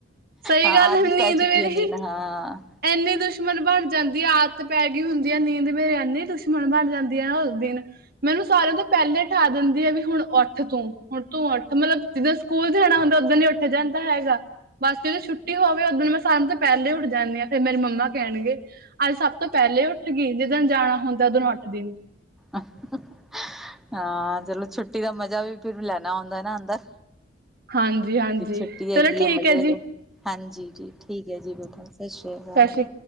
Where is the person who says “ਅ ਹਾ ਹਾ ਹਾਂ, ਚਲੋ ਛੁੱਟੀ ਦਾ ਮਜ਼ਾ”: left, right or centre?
Centre